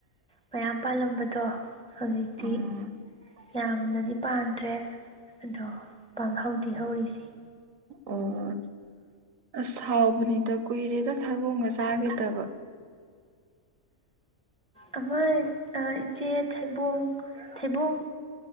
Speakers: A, in the centre; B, on the right.
A: ꯃꯌꯥꯝ ꯄꯥꯜꯂꯝꯕꯗꯣ ꯍꯧꯖꯤꯛꯇꯤ
B: ꯎꯝ
A: ꯌꯥꯝꯅꯗꯤ ꯄꯥꯟꯗ꯭ꯔꯦ ꯑꯗꯣ ꯄꯥꯡꯍꯧꯗꯤꯤ ꯍꯧꯧꯔꯤꯁꯤꯦ
B: ꯑꯣ ꯑꯁ ꯍꯥꯎꯕꯅꯤꯗ ꯀꯨꯏꯔꯦꯗ ꯊꯕꯣꯡꯒ ꯆꯥꯒꯗꯕ
A: ꯑꯃꯣꯏ ꯑꯆꯦ ꯊꯩꯕꯣꯡ ꯊꯩꯕꯣꯡ